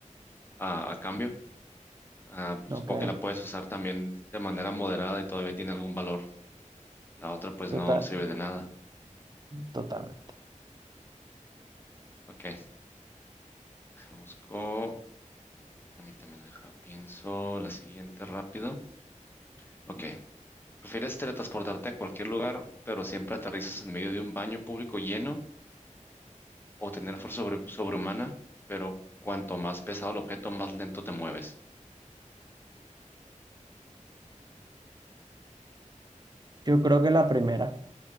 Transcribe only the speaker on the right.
Ok.
Total,
totalmente.
Yo creo que la primera,